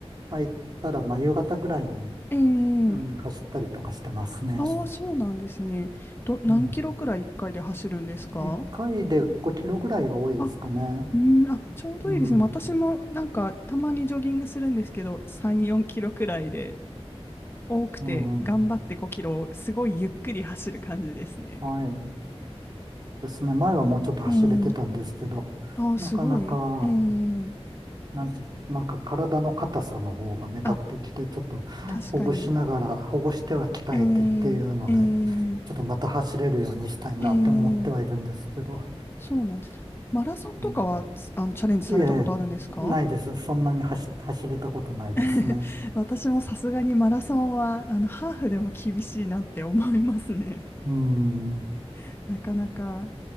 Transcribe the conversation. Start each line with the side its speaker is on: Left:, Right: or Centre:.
Right: 空いたら、まあ、夕方ぐらいに、
Left: ええ
Right: うん、走ったりとかしてますね。
Left: ああー、そうなんですね。ど、何キロくらい1回で走るんですか
Right: うん。1回で5キロぐらいが多いですかね。
Left: あ、うん、あ、ちょうどいいですね。
Right: うん、
Left: 私もなんかたまにジョギングするんですけど、3、4キロくらいで多くて頑張って5キロをすごいゆっくり走る感じですね。
Right: うん、はい。ですね。前はもうちょっと走れてたんですけど、
Left: ええああー、
Right: なかなか、
Left: すごい。ええ
Right: なん、なんか体の硬さの方が目立ってきて、
Left: あ、
Right: ちょっとほぐしながら、
Left: 確かに。
Right: ほぐしては鍛えてっていうので、
Left: ええええ
Right: ちょっとまた走れるようにしたいなって思ってはいるんですけど、
Left: ええそうなんです。マラソンとかは、
Right: うん。
Left: あの、チャレンジされたことあるんですか
Right: いえいえ、ないです。そんなに走、走れたことないですね。
Left: <laughs> 私もさすがにマラソンは、あの、ハーフでも厳しいなって思いますね。
Right: うん、
Left: <laughs> なかなか。